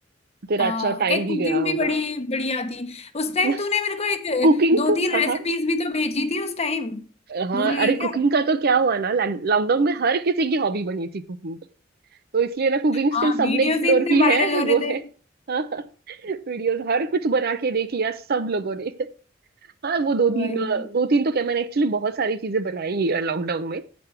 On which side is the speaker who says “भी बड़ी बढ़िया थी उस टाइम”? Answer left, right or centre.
Left